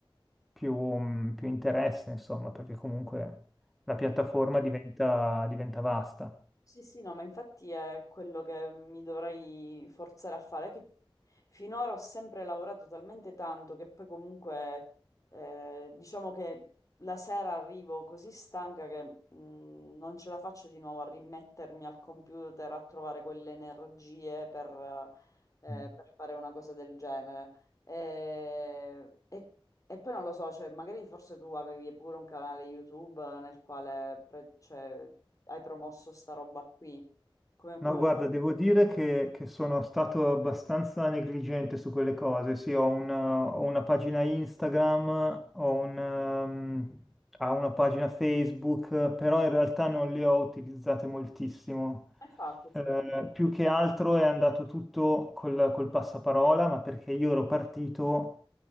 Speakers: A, in the centre; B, on the left.
A: più, mh, più interesse, insomma, perché comunque la piattaforma diventa, diventa vasta.
B: Sì, sì, no, ma infatti è quello che mi dovrei forzare a fare, che finora ho sempre lavorato talmente tanto che poi comunque eh, diciamo che la sera arrivo così stanca che mh, non ce la faccio di nuovo a rimettermi al computer a trovare quelle energie per, eh,
A: Mm.
B: per fare una cosa del genere. Eh, E, e poi non lo so, cioè, magari forse tu avevi pure un canale YouTube nel quale... pre- cioè, hai promosso sta roba qui? Come, come
A: No, guarda,
B: come
A: devo dire che, che sono stato abbastanza negligente su quelle cose. Sì, ho una, ho una pagina Instagram, ho un, ehm, ho una pagina Facebook, però in realtà non le ho utilizzate moltissimo.
B: hai fatto? Scusa.
A: Eh, più che altro è andato tutto col, col passaparola, ma perché io ero partito.